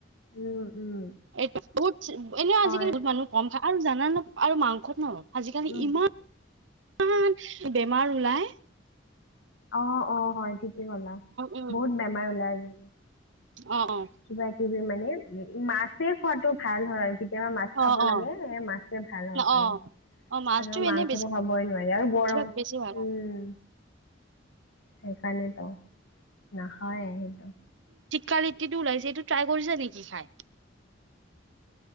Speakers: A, on the left; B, on the right.
A: উম, উম,
B: এইটো বহুত, এনেও
A: হয়।
B: আজিকালি বহুত মানুহ কম খাই। আৰু জানা ন আৰু মাংসত ন আজিকালি
A: উম,
B: ইমান। মান বেমাৰ ওলাই।
A: অ অ হয় ঠিকে ক'লা
B: উম
A: বহুত বেমাৰ ওলাই আজিকালি।
B: অ অ।
A: কিবা কিবি মানে উম মাছে খোৱাটো ভাল হয়। কেতিয়াবা মাছ খাব
B: অ
A: লাগে
B: অ
A: সে মাছে ভাল আৰু খালে
B: অ অ অ মাছটো
A: আৰু মাংসটো
B: এনে বেছি
A: খাবই নোৱাৰি আৰু গৰম
B: বেছিভাগ বেছি ভাল
A: উম।
B: হয়
A: সেইকাৰণেটো নাখাৱেই সেইটো।
B: কালিটিটো ওলাইছে সেইটো ট্ৰাই কৰিছাঁ নিকি খাই?